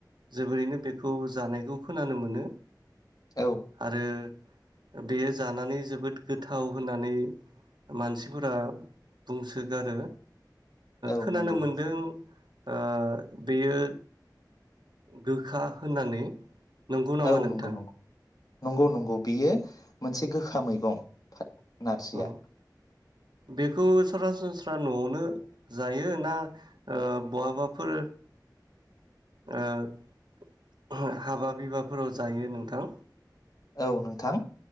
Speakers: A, on the right (about 75°); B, on the left (about 55°).
A: जोबोरैनो बेखौ जानायखौ खोनानो मोनो।
B: औ
A: आरो ओ बेयो जानानै जोबोद गोथाव होननानै मानसिफोरा बुंसोगारो।
B: औ
A: खोनानो
B: नंगौ
A: मोनदों ओ बेयो गोखा होननानै। नंगौ नामा
B: औ
A: नोंथां?
B: नंगौ नंगौ नंगौ नंगौ बेयो मोनसे गोखा मैगं नारजिया।
A: अ बेखौ सरासनस्रा न'आवनो जायो ना ओ बहाबाफोर ओ हाबा बिबाफोराव जायो नोंथां?
B: औ नोंथां